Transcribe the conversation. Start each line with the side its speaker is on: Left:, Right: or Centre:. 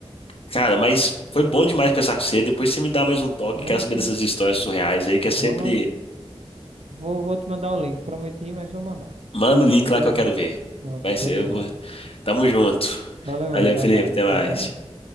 Left: Cara, mas
Right: Hum.
Left: foi bom demais pensar com você. Depois você me dá mais um toque.
Right: Ok.
Left: Quero saber dessas histórias surreais aí, que é sempre.
Right: Vamos. Vou, vou te mandar o link. Prometi, mas vou mandar.
Left: Manda o
Right: Aí,
Left: link lá que eu quero ver.
Right: pronto,
Left: Mas
Right: show
Left: eu
Right: de bola.
Left: vou. Tamo junto.
Right: Valeu, meu
Left: Valeu,
Right: amigo.
Left: Felipe.
Right: Abraço.
Left: Até
Right: Tchau,
Left: mais.
Right: tchau.